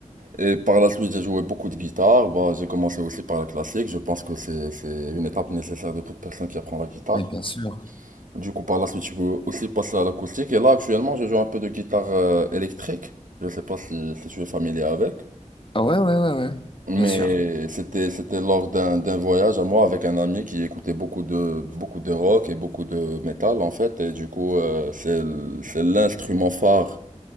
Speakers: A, on the right; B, on the left.
A: Et par la suite, j'ai joué beaucoup de guitare. Bah, j'ai commencé aussi par la classique. Je pense que c'est, c'est une étape nécessaire de toute personne qui apprend la guitare.
B: Mais bien sûr.
A: Du coup, par la suite, je peux aussi passer à l'acoustique. Et là, actuellement, je joue un peu de guitare euh, électrique. Je sais pas si, si tu es familier avec.
B: Ah ouais, ouais, ouais, ouais.
A: Mais
B: Bien sûr.
A: c'était c'était lors d'un d'un voyage à moi avec un ami qui écoutait beaucoup de beaucoup de rock et beaucoup de métal en fait et du coup euh, c'est l- c'est l'instrument phare